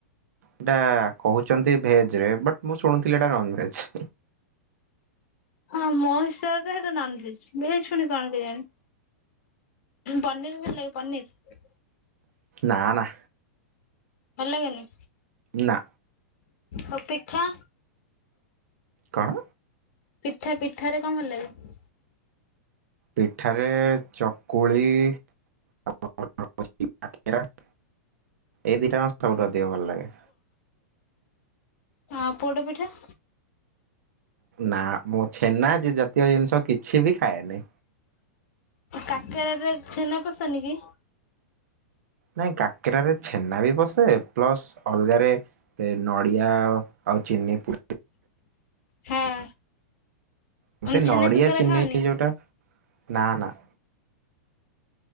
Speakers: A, on the right; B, on the left.
A: ଏଟା କହୁଚନ୍ତି ଭେଜ ରେ ବଟ ମୁଁ ଶୁଣୁଥିଲି ଏଟା ନନ ଭେଜ।
B: ହଁ ମୋ ହିସାବରେ ତ ହେଟା ନନ ଭେଜ ଭେଜ ଫୁଣି କଣ କେ ଜାଆଣି? ପନିର ଭଲ ଲାଗେ ପନିର?
A: ନା ନା।
B: ଭଲ ଲାଗେନି?
A: ନା।
B: ଆଉ ପିଠା?
A: କଣ?
B: ପିଠା ପିଠାରେ କଣ ଭଲ ଲାଗେ?
A: ପିଠାରେ ଚକୁଳି ଆଉ <unintelligible> ଏଇ ଦିଟାଙ୍କ ସବୁଠୁ ଅଧିକ ଭଲ ଲାଗେ।
B: ଆଉ ପୋଡ ପିଠା?
A: ନା ମୁଁ ଛେନା ଯେ ଜାତୀୟ ଜିନିଷ କିଛି ବି ଖାଏନି।
B: କାକେରାରେ ଛେନା ପସେନି କି?
A: ନାଇଁ କାକେରାରେ ଛେନା ବି ବସେ ପ୍ଲସ ଅଲଗାରେ ନଡ଼ିଆ ଆଉ ଚିନି ପୁ
B: ହଁ।
A: ମୁଁ ସେ
B: ଛେନା
A: ନଡ଼ିଆ
B: କାକରା
A: ଚିନି
B: ଖାଅନି?
A: ଯୋଉଟା ନା ନା।